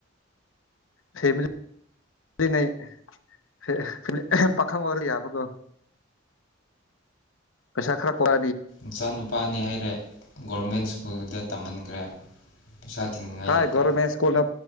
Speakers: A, on the left; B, on the left.
A: ꯐꯦꯝꯂꯤ <unintelligible> ꯄꯥꯈꯪ ꯑꯣꯏꯔ ꯌꯥꯕꯀꯣ ꯄꯩꯁꯥ ꯈꯔ ꯀ
B: ꯏꯆꯥ ꯅꯨꯨꯄꯥꯅꯤ ꯍꯥꯏꯔꯦ ꯒꯣꯔꯃꯦꯟ ꯁ꯭ꯀꯨꯜꯗ ꯇꯝꯍꯟꯈ꯭ꯔꯦ ꯄꯩꯁꯥ ꯇꯤꯡꯅꯤꯡꯉꯥꯏ
A: ꯀꯥꯏ
B: ꯂꯩꯇ꯭ꯔꯦ
A: ꯒꯣꯔꯃꯦꯟ ꯁ꯭ꯀꯨꯜꯅꯣ